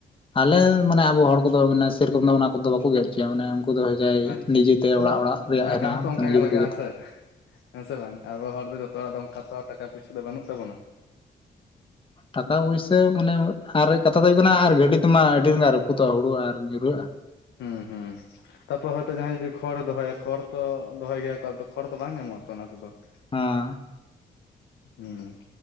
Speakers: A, on the left; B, on the left.
A: ᱟᱞᱮ ᱢᱟᱱᱮ ᱟᱵᱚ ᱦᱚᱲ ᱠᱚᱫᱚ ᱢᱟᱱᱮ ᱥᱮᱨᱠᱚᱢ ᱫᱚ ᱚᱱᱟ ᱠᱚᱫᱚ ᱠᱚ ᱜᱮᱫ ᱦᱚᱪᱚᱭᱟ ᱢᱟᱱᱮ ᱩᱱᱠᱩ ᱫᱚ ᱡᱟᱭ
B: ᱟᱪᱪᱷᱟ
A: ᱱᱤᱡᱮᱛᱮ
B: ᱟᱫᱚ
A: ᱚᱲᱟᱜ ᱚᱲᱟᱜ ᱨᱮᱭᱟᱜ
B: ᱴᱟᱠᱟ
A: ᱦᱮᱱᱟᱜᱼᱟ
B: ᱦᱚᱸᱛᱚ ᱚᱱᱠᱟ
A: ᱱᱤᱡᱮ
B: ᱜᱮ
A: ᱛᱮᱠᱚ
B: ᱞᱟᱜᱟᱜᱼᱟ
A: ᱜᱮᱫᱟ
B: ᱥᱮ
A: ᱾
B: ᱦᱮᱸ ᱥᱮ ᱵᱟᱝ ᱟᱵᱚ ᱦᱚᱲ ᱫᱚ ᱡᱚᱛᱚ ᱦᱚᱲᱟᱜ ᱫᱚ ᱚᱝᱠᱟ ᱛᱚ ᱴᱟᱠᱟ ᱯᱚᱭᱥᱟ ᱫᱚ ᱵᱟᱹᱱᱩᱜ ᱛᱟᱵᱚᱱᱟ ᱾
A: ᱴᱟᱠᱟ ᱯᱚᱭᱥᱟᱹ ᱢᱟᱱᱮ ᱟᱨ ᱠᱟᱛᱷᱟ ᱫᱚ ᱦᱩᱭᱩᱜ ᱠᱟᱱᱟ ᱟᱨ ᱜᱟᱹᱰᱤ ᱛᱮᱢᱟ ᱟᱹᱰᱤ ᱨᱟᱹᱯᱩᱫ ᱛᱚ ᱦᱩᱲᱩ ᱟᱨ ᱧᱩᱨᱦᱟᱹᱜᱼᱟ ᱾
B: ᱦᱮᱸ ᱦᱩᱸ ᱛᱟᱯᱚᱨ ᱦᱚᱭᱛᱳ ᱡᱟᱦᱟᱸᱭ ᱡᱩᱫᱤ ᱠᱷᱚᱲᱮ ᱫᱚᱦᱚᱭᱟ ᱠᱷᱚᱲ ᱛᱚ ᱫᱚᱦᱚᱭ ᱜᱮᱭᱟ ᱠᱚ ᱠᱷᱚᱲ ᱫᱚ ᱵᱟᱝ ᱧᱟᱢᱚᱜᱼᱟᱛᱚ ᱚᱱᱟ ᱛᱮᱫᱚ ᱾
A: ᱦᱟᱸᱻ
B: ᱦᱩᱸ